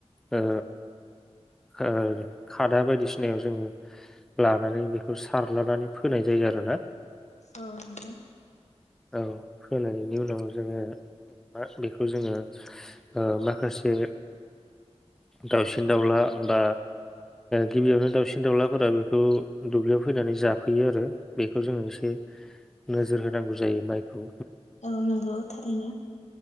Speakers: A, in the centre; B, on the left (about 85°).
A: ओ ओ खादा बायदिसिनायाव जोङो लानानै बेखौ सारलानानै फोनाय जायो आरोना
B: औ नंगौ
A: औ फोनायनि उनाव जोङो बेखौ जोङो ओ माखासे दाउसिन दाउला बा गिबियावनो दाउसिन दाउलाफोरा बेखौ दुब्लियाव फैनानै जाफैयो आरो बे खौ जोङो एसे नोजोर होनांगौ जायो। मायखौ
B: औ नंगौ थारैनो